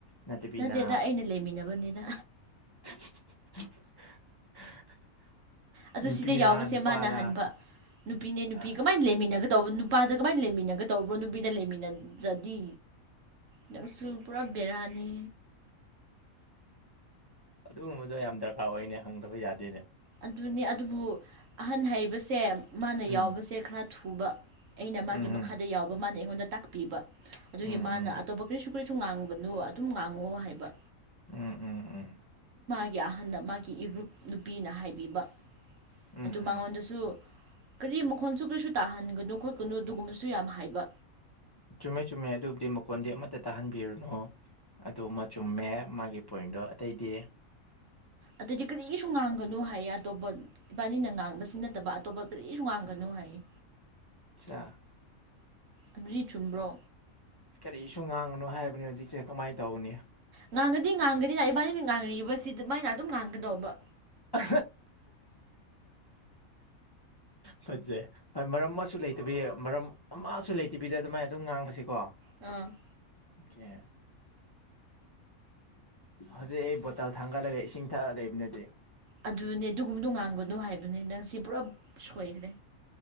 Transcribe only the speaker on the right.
ꯅꯇꯦꯗ ꯑꯩꯒ ꯂꯩꯃꯤꯟꯅꯕ ꯃꯤꯅ
ꯑꯗꯨ
ꯁꯤꯗ ꯌꯥꯎꯕꯁꯦ
ꯃꯥꯅꯍꯟꯕ ꯅꯨꯄꯤꯅꯦ ꯅꯨꯄꯤ
ꯀꯃꯥꯏꯅ ꯂꯩꯃꯤꯟꯅꯒꯗ ꯭ꯥꯥꯅꯨꯄꯥꯗ ꯀꯃꯥꯏꯅ ꯂꯩꯃꯤꯟꯅꯒ ꯇꯧꯕ꯭ꯔꯣ ꯅꯨꯄꯤꯗ ꯂꯩꯃꯤꯟꯅ ꯅꯨꯄꯤ ꯅꯪꯁꯨ ꯄꯨꯔꯥ ꯕꯦꯔꯅꯤ
ꯑꯗꯨꯅꯦ ꯑꯗꯨꯕꯨ ꯑꯍꯟ ꯍꯩꯕꯁꯦ ꯃꯥꯅ
ꯌꯥꯎꯕꯁꯦ ꯈꯔ ꯊꯨꯕ ꯑꯩꯅ
ꯃꯥꯒꯤ ꯃꯈꯥꯗ ꯌꯥꯎꯕ ꯃꯥꯅ ꯑꯩꯉꯣꯟꯗ ꯇꯥꯛꯄꯤꯕ ꯑꯗꯨꯒꯤ
ꯃꯥꯅ
ꯑꯇꯣꯞꯄ ꯀꯔꯤꯁꯨ ꯀꯔꯤꯁꯨ ꯉꯥꯡꯒꯅꯣ ꯑꯗꯨꯝ ꯉꯥꯡꯑꯣ ꯍꯥꯏꯕ
ꯃꯥꯒꯤ ꯑꯍꯟ ꯃꯥꯒꯤ ꯏꯔꯨꯞ ꯅꯨꯄꯤꯅ ꯍꯥꯏꯕꯤꯕ
ꯑꯗꯨ ꯃꯉꯣꯟꯗꯁꯨ
ꯀꯔꯤ ꯃꯈꯣꯟꯁꯨ ꯀꯔꯤꯁꯨ ꯇꯥꯍꯟꯒꯅꯣ ꯈꯣꯠꯀꯅꯣ ꯑꯗꯨꯒꯨꯝꯕꯁꯨ ꯌꯥꯝꯅ ꯍꯥꯏꯕ
ꯑꯇꯩꯗꯤ ꯀꯔꯤꯁꯨ ꯉꯥꯡꯒꯅꯨ ꯍꯥꯏꯌꯦ ꯑꯇꯣꯞꯄ ꯏꯕꯥꯅꯤꯅ ꯉꯥꯡꯕꯁꯤ ꯅꯠꯇꯕ ꯑꯇꯣꯞꯄ ꯀꯔꯤꯁꯨ ꯉꯥꯡꯒꯅꯨ ꯍꯥꯏꯌꯦ
ꯑ ꯆꯨꯝꯕ꯭ꯔꯣ
ꯉꯥꯡꯉꯗꯤ ꯉꯥꯡꯒꯅꯤꯅ ꯏꯕꯥꯅꯤꯅ ꯉꯥꯡꯅꯏꯕꯁꯤ ꯑꯗꯨꯃꯥꯏꯅ ꯑꯗꯨꯝ ꯉꯥꯡꯒꯗꯧꯕ
ꯑꯝ
ꯑꯗꯨꯅꯦ ꯑꯗꯨꯒꯨꯝꯕꯗꯨꯣ ꯉꯥꯡꯕꯅꯣ ꯍꯥꯏꯕꯅꯤ ꯅꯪꯁ ꯄꯨꯂꯞ ꯁꯣꯏꯈ꯭ꯔꯦ